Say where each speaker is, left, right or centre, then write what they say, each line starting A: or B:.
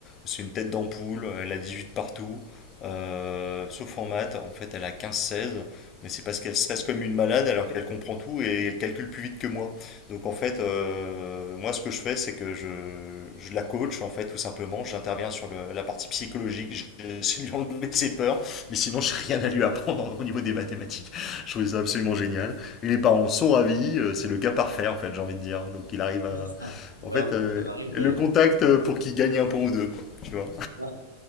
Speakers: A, on the left (about 30°); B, on the right (about 85°).
A: c'est une tête d'ampoule, elle a 18 partout. euh, sauf en maths, en fait elle a 15-16. Mais c'est parce qu'elle stresse comme une malade alors qu'elle comprend tout et elle calcule plus vite que moi. Donc en fait, euh, moi ce que je fais, c'est que je, je la coach en fait tout simplement. J'interviens sur le- la partie psychologique, j'essaie de lui enlever ses peurs, mais sinon je n'ai rien à lui apprendre au niveau des mathématiques. Je trouve ça absolument génial. Et les parents sont ravis, euh, c'est le cas parfait en fait, j'ai envie de dire. Donc il arrive
B: Ouais,
A: à...
B: c'est ça. Ouais,
A: En fait,
B: en fait,
A: euh,
B: ça m'arrive,
A: le
B: euh,
A: contact euh, pour qu'il gagne un point ou deux, quoi, tu vois.
B: moi,